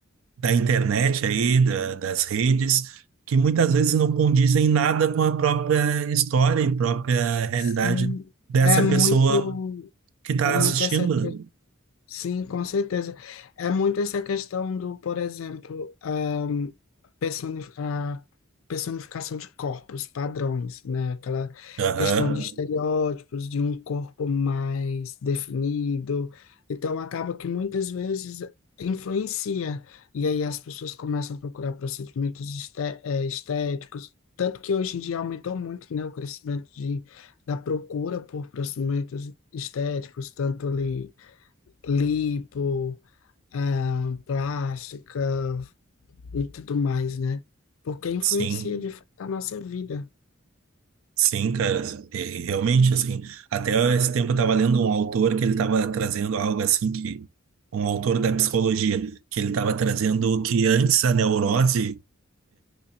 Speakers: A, on the right; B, on the left.
A: da internet aí, da- das redes, que muitas vezes não condizem nada com a própria história e própria realidade
B: Sim,
A: dessa
B: é muito,
A: pessoa que está
B: é muito
A: assistindo.
B: essa Sim, com certeza. É muito essa questão do, por exemplo, ahm, personi- a personificação de corpos, padrões, né? Aquela
A: né? Aham,
B: questão de estereótipos, de um corpo mais definido. Então, acaba que muitas vezes influencia. E aí as pessoas começam a procurar procedimentos esté- eh, estéticos. Tanto que hoje em dia aumentou muito, né, o crescimento de, da procura por procedimentos estéticos, tanto ali lipo, ah, plástica e tudo mais, né? Porque influencia
A: sim.
B: de fato a nossa vida.
A: Sim, cara, é, realmente, assim, até esse tempo eu estava lendo um autor que ele estava trazendo algo assim que, um autor da psicologia, que ele estava trazendo que antes a neurose